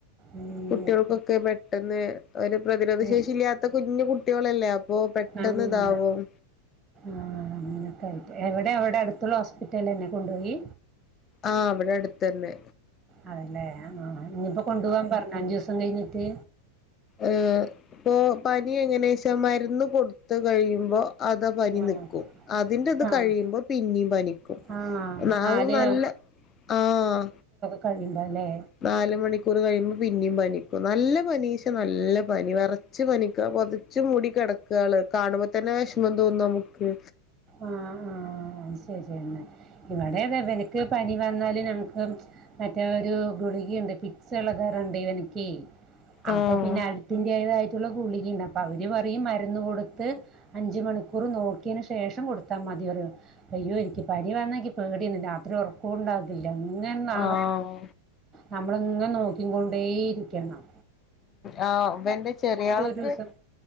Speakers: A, on the right; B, on the left.
A: ഉം
B: കുട്ട്യോൾക്കൊ ഒക്കെ പെട്ടെന്ന് ഒരു പ്രതിരോധ
A: ഉം
B: ശേഷി ഇല്ല്യാത്ത കുഞ്ഞു കുട്ടികളല്ലേ ഓഹ് പെട്ടെന്ന്
A: ആഹ്
B: ഇതാവും
A: ആഹ് അങ്ങനോക്കെയായിട്ട് എവിടെ അവിടെ അടുത്തുള്ള ഹോസ്പിറ്റലന്നെ കൊണ്ടോയി
B: ആഹ് വിടെടുതന്നെ
A: അതല്ലേ ആഹ് ഞ്ഞിപ്പോ കൊണ്ടുവാൻ പറഞ്ഞോ അഞ്ചോസം കഴിഞ്ഞിട്ട്
B: ഏഹ് ഇപ്പൊ പനി എങ്ങനാച്ച മരുന്ന് കൊടുത്ത് കഴിയുമ്പോ അതാ പനി
A: ആഹ്
B: നിക്കും അതിന്റെ ഇത്
A: ആഹ്
B: കഴിയുമ്പോ പിന്നീം പനിക്കും
A: ആഹ്
B: നാവ്
A: നാല്
B: നല്ല ആഹ്
A: കണ്ടലേ
B: നാല് മണിക്കൂർ കഴിയുമ്പോ പിന്നിം പനിക്കും നല്ല പനീശ നല്ല പനി വറ ച്ച് പനിക്കാ പൊതച്ചു മുടി കെടക്കാള് കാണുമ്പോ തന്നെ വിഷമം തോന്നും നമുക്ക്
A: ആഹ് ആഹ് അഹ് ശരിന്നേ ഇവിടതാ വൻക്ക് പനി വന്നല് നമ്ക്ക് മറ്റേ ഒരു ഗുളികയിണ്ട് പിക്സ് എളകാറുണ്ട് ഇവനിക്കേ അപ്പൊ
B: ആഹ്
A: പിന്നെ അടുത്തിന്റേതായിട്ടുള്ള ഗുളിക ഇണ്ട് അപ്പ അവെര് പറയും മര്ന്ന് കൊട്ത്ത് അഞ്ച് മണിക്കൂർ നോക്കിയെന് ശം ശേഷം കൊടുത്ത മതി പറയും അയ്യോ എനിക്ക് പനി വന്നാനിക്ക് പേടിയാണ് രാത്രി ഉറ ണ്ടാകത്തില്ല ഇങ്ങനെ
B: ആഹ്
A: നമ്മളിങ്ങനെ നോക്കിക്കൊണ്ടേയിരിക്കണം
B: ആഹ് ഇവന്റെ ചെറിയാൾക്ക്
A: ഒരു ദിവസം